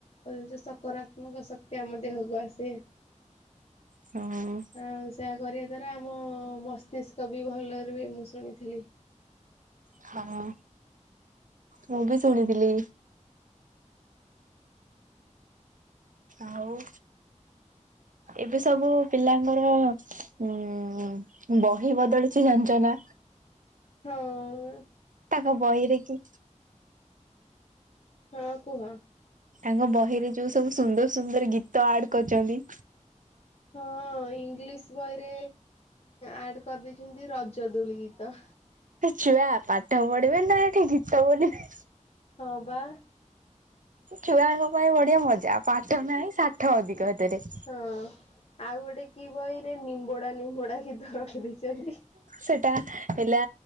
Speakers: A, on the left; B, on the right.
A: ସେ ସକାରାତ୍ମକ ଶକ୍ତି ଆମ ଦେହକୁ ଆସେ।
B: ହୁଁ ଉ
A: ଆଉ ସେଆ କରିବା ଦ୍ୱାରା ଆମ ମସ୍ତିଷ୍କ ବି ଭଲ ରୁହେ ମୁଁ ଶୁଣିଥିଲି।
B: ହଁ ମୁଁ ବି ଶୁଣିଥିଲି। ଆଉ ଏବେ ସବୁ ପିଲାଙ୍କର ଉଁ ବହି ବଦଳିଛି ଜାଣିଛ ନା?
A: ହଁ ଅ
B: ତାଙ୍କ ବହିରେ କି
A: ହଁ କୁହ?
B: ତାଙ୍କ ବହିରେ ଯୋଉ ସବୁ ସୁନ୍ଦର ସୁନ୍ଦର ଗୀତ ଆଡ କରିଛନ୍ତି।
A: ହଁ ଇଂଲିଶ ବହିରେ ଆଡ କରିଦେଇଛନ୍ତି ରଜ ଦୋଳି ଗୀତ।
B: ଛୁଆ ପାଠ ପଢିବେ ନା ଏଠି ଗୀତ ବୋଲିବେ।
A: ହଁ ବା
B: ଛୁଆଙ୍କ ପାଇଁ ବଢିଆ ମଜା, ପାଠ ନାହିଁ ଷାଠ ଅଧିକ ହେଥିରେ।
A: ହଁ, ଆଉ ଗୋଟେ କି ବହିରେ ନିମ୍ବୁଡା ନିମ୍ବୁଡା ଗୀତ ରଖି ଦେଇଛନ୍ତି।
B: ସେଟା ହେଲା